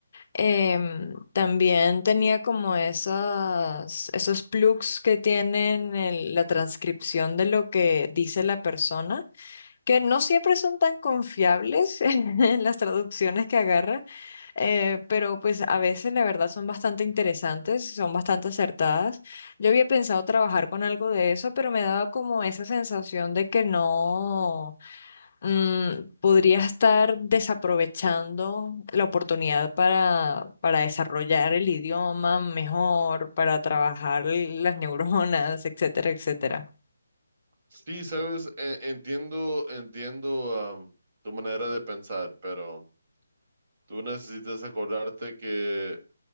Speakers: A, on the left; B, on the right.
A: em, también tenía como esas, esos plugs que tienen el- la transcripción de lo que dice la persona, que no siempre son tan confiables <laughs> en las traducciones que agarra, eh, pero pues a veces la verdad son bastante interesantes, son bastante acertadas. Yo había pensado trabajar con algo de eso, pero me daba como esa sensación de que no. mm, podría estar desaprovechando la oportunidad para, para desarrollar el idioma mejor, para trabajar las neuronas, etcétera, etcétera.
B: Sí, sabes, E- entiendo, entiendo, am, tu manera de pensar, pero tú necesitas acordarte que